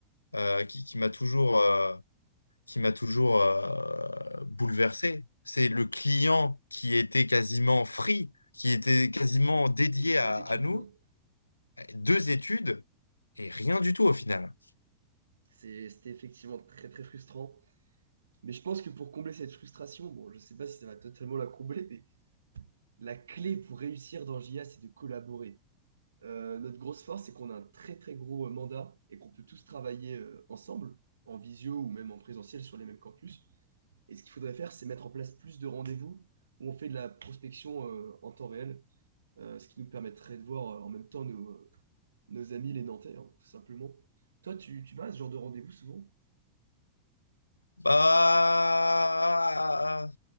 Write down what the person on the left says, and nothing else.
euh, qui, qui m'a toujours, euh, qui m'a toujours euh, bouleversé. C'est le client qui était quasiment free, qui était quasiment dédié
à,
à nous.
Deux études et rien du tout au final.
Bah,